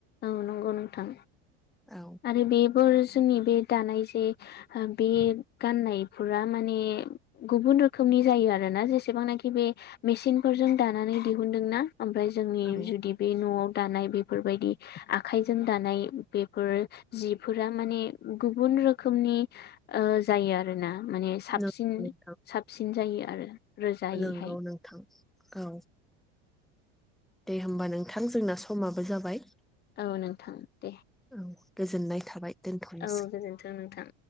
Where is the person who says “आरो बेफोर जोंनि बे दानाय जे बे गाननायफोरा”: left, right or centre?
Left